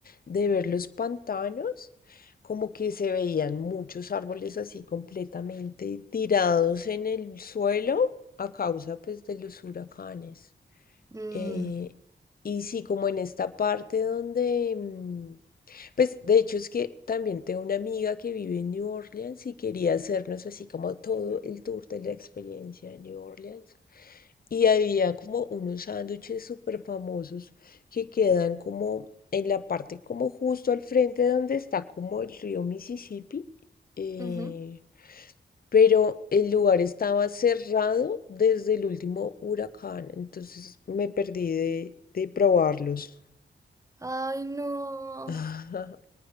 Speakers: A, on the left; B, on the right.
A: de ver los pantanos, como que se veían muchos árboles así completamente tirados en el suelo a causa pues de los huracanes.
B: Mm,
A: Eh, y sí, como en esta parte donde, mm, pues de hecho es que también tengo una amiga que vive en New Orleans y quería hacernos así como todo el tour de la experiencia de New Orleans. Y había como unos sándwiches súper famosos que quedan como en la parte como justo al frente donde está como el río Mississippi. eh,
B: ujú.
A: pero el lugar estaba cerrado desde el último huracán, entonces me perdí de, de probarlos.
B: Ay, no.
A: <laughs>